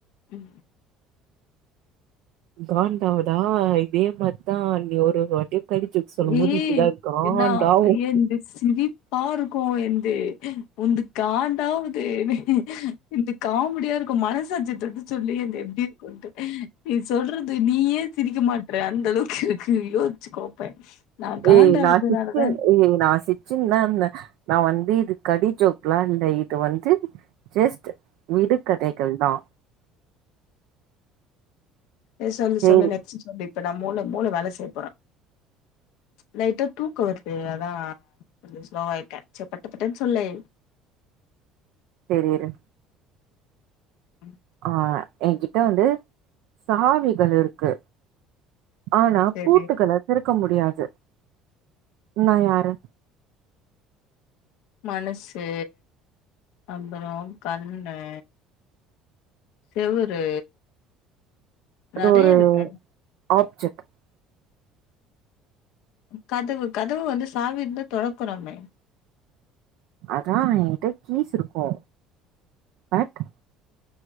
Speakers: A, on the left; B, on the right.
A: ம்
B: காண்டாவுதா இதே மாறிதா நீ ஒருவொருவாட்டி கடி ஜோக் சொல்லும்
A: ஏய்
B: போது இப்டிதான் இருக்கு காண்டாகும்
A: நா என்து சிரிப்பா இருக்கும் என்து உன்து காண்டாவுது என்து காமெடியா இருக்கும் மனசாட்சி தொட்டு சொல்லி என்து எப்டி இருக்கும்ட்டு நீ சொல்றது இது நீயே சிரிக்க மாட்ற அந்த அளவுக்கு இருக்கு யோஸ்சிக்கோ அப்ப நா காண்டாவதுனாலதா
B: ஏ நா ஃபிப்து ஏ நா சிக்ஸ் சிச்சினு தான் இருந்த நான் வந்து இது கடிஜோக்கல்லா இல்ல இது வந்து ஜஸ்ட் விடு கதைகள் தான்
A: எ சொல்லு
B: சேரி
A: சொல்லு நெக்ஸ்ட் சொல்லு இப்ப நான் மூள மூள வேல செய்ய போற லைட்டா தூக்கோ வருது அதா கொஞ்சோ ஸ்லோவா ஆய்ட்ட சேர் பட்டு பட்டுனு சொல்லே
B: சேரி இரு
A: ம்
B: அ என்கிட்ட வந்து சாவி கொஞ்சோ இருக்கு ஆனா
A: சேரி
B: பூட்டுகள திறக்க முடியாது நா யாரு
A: மனசு அப்றோம் கண்ணு செவூரு
B: அது
A: நறையா
B: ஒரு
A: இருக்கு
B: ஆப்ஜெக்ட்
A: கதவு கதவு வந்து சவி இருந்தா தொரகுரமே
B: அதா எகிட்ட கேஸ் இருக்கு பட்